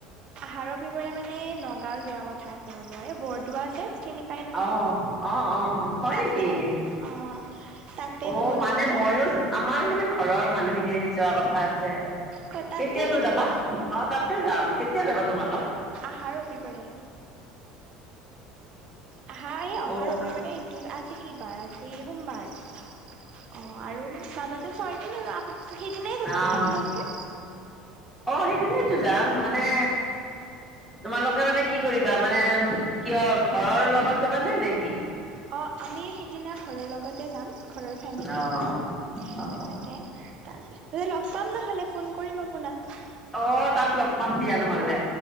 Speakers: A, on the right (about 40°); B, in the centre.
A: আহাৰৰ বিবৰে মানে নগাঁও যোৱা কথা আছে ৰব এই বৰদোৱা যে পাই নহয়
B: অ অ অ অ হয়
A: তাতে
B: নেকি
A: অ তাতে
B: অ
A: যাব
B: মানে
A: লাগিব
B: মইও আমাৰ মানে ঘৰৰ মানুহখিনিয়েম যোৱা কথা আছে
A: ক তাতে
B: কেতিয়া নু
A: নেকি
B: যাবা অ তাতে যাম কেতিয়া যাবা তোমালোক
A: আহাৰ ৰবিবাৰে আহা এই অহা
B: অ'
A: ৰবিবাৰে এইটোত আজি কি বাৰ আজি সোমবাৰ অ আৰু মাজতে ছয় দিন আৰু আপ সেইদিনাই যাব
B: অ'
A: নে আপোনালোকে
B: অ সেইদিনাইতো যাম মানে তোমালোকে মানে কি কৰিবা মানে কিহৰ ঘৰৰ লগত মানে নে নে কি
A: অঁ আমি সেইদিনা ঘৰৰ লগতে যাম ঘৰৰ ফেমিলি
B: অ'
A: সেনেকে
B: অ'
A: তাৰপিছ লগ পাম নহ'লে ফোন কৰিম আপোনাক
B: অ তাত লগ পাম দিয়া নহলে